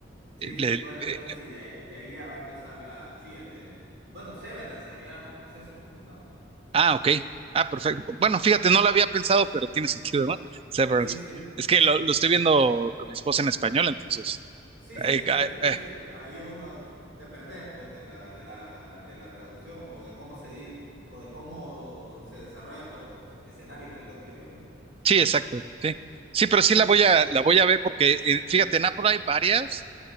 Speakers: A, on the right (about 65°); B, on the right (about 30°).
A: Sí,
B: Eh,
A: sí,
B: le-
A: bueno,
B: eh,
A: entonces sí, de ahí, de ahí ya va a empezar la, sí, el de, bueno, Severance se llama el proceso como tal.
B: ah, ok. Ah, perfecto. Bueno, fíjate, no lo había pensado, pero tiene <laughs> sentido, ¿no? Severance.
A: Sí, sí,
B: Es que lo, lo estoy viendo con mi esposa en español, entonces.
A: sí, sí,
B: eh,
A: entiendo,
B: eh,
A: entiendo.
B: eh,
A: Ahí uno te perdés, pues, de la, de la, de la traducción o de cómo se di, o de cómo se desarrollan los escenarios en el otro idioma, ¿no?
B: sí, exacto. Sí. Sí, pero
A: Sí,
B: sí la
A: sí.
B: voy a, la voy a ver porque, eh, fíjate, en Apple hay varias.